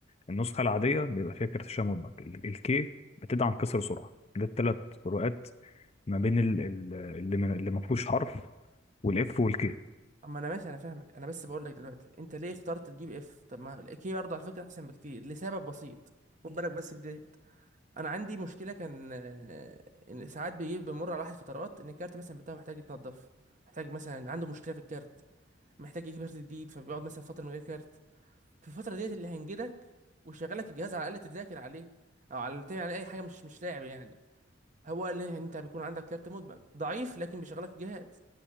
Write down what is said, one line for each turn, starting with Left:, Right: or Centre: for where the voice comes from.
Left: النسخه العاديه بيبقى فيها كارت شاشه مدمج الكي بتدعم كسر سرعه ده الثلاث فروقات ما بين ال- ال- اللي من اللي ما فيهوش حرف والاف والكي
Right: اما انا ماشي انا فاهمك انا بس بقول لك دلوقتي انت ليه اخترت تجيب اف طب ما الاكي برضه على فكره احسن بكتير لسبب بسيط خد بالك بس في ديت انا عندي مشكله كان آه، ان ساعات بيجي بمر على واحد فترات ان الكارت مثلا بتاعه محتاج يتنضف محتاج مثلا عنده مشكله في الكارت محتاج يجيب كارت جديد فبيقعد مثلا فتره من غير كارت في الفتره ديت اللي هينجدك ويشغلك الجهاز على الاقل تذاكر عليه او على يعني اي حاجه مش مش لاعب يعني هو قال لي ان انت بيكون عندك كارت مدمج ضعيف لكن بيشغلك الجهاز